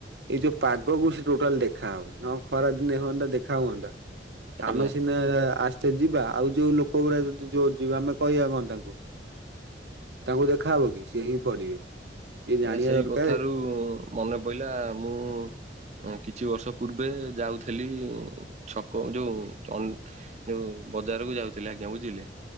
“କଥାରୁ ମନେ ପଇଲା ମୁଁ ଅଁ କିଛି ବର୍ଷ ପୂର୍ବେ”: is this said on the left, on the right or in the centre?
Right